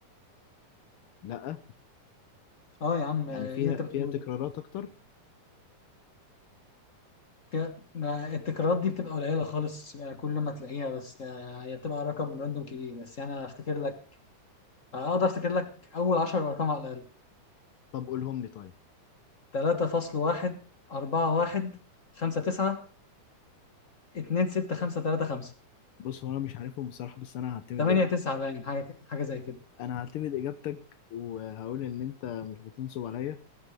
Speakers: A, on the left; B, on the left.
A: لا
B: اه يا عم
A: يعني
B: إيه
A: فيها
B: اللي انت بتقوله
A: فيها تكرارات
B: ده
A: اكتر
B: فيها- ما التكرارات دي بتبقى قليلة خالص يعني كل ما تلاقيها بس آه، هي بتبقى رقم راندوم كبير بس يعني أنا أفتكر لك أقدر أفتكر لك أول 10 أرقام على الأقل
A: طب قولهم لي طيب
B: 3.1 4.1 5.9 2.6.5.3.5
A: بص هو انا مش عارفهم بصراحه بس انا هعتمد
B: 8
A: إج...
B: 9 باين حاجة حاجة زي كده
A: انا هعتمد اجابتك وهقول ان انت مش بتنصب عليا